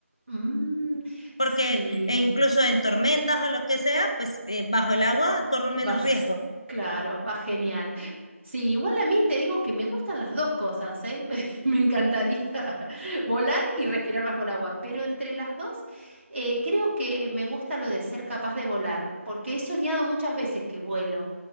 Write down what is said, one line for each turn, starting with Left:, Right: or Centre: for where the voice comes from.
Right: Mm, sí.
Left: porque eh, incluso en tormentas o lo que sea, pues eh, bajo el agua corro
Right: Vas,
Left: menos riesgo.
Right: claro, va genial. Sí, igual a mí te digo que me gustan las dos cosas, ¿eh? <laughs> Me, me encantaría <laughs> volar y respirar bajo el agua, pero entre las dos eh, creo que me gusta lo de ser capaz de volar, porque he soñado muchas veces que vuelo